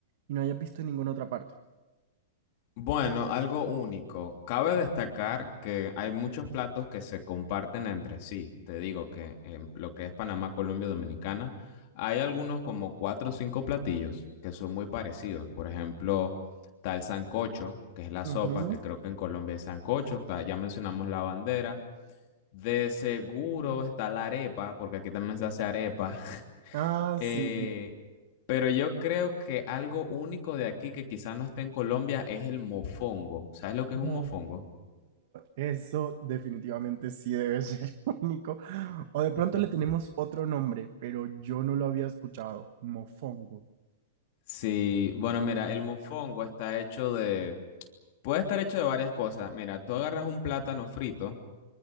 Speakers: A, on the right; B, on the left.
A: y no hayas visto en ninguna otra parte?
B: Bueno, algo único. Cabe destacar que hay muchos platos que se comparten entre sí. Te digo que en lo que es Panamá, Colombia, Dominicana, hay algunos como cuatro o cinco platillos que son muy parecidos. Por ejemplo, está el sancocho, que es la sopa,
A: Ujú.
B: que creo que en Colombia es sancocho. Está, ya mencionamos la bandera. De seguro está la arepa, porque aquí también se hace arepa. <laughs>
A: Ah,
B: Eh,
A: sí.
B: pero yo creo que algo único de aquí que quizás no esté en Colombia es el mofongo. ¿Sabes lo que es un
A: Mofongo,
B: mofongo?
A: eso definitivamente sí debe ser <laughs> único. O de
B: <laughs>
A: pronto le tenemos otro nombre, pero yo no lo había escuchado. Mofongo.
B: Sí, bueno, mira, el mofongo está hecho de, puede estar hecho de varias cosas. Mira, tú agarras un plátano frito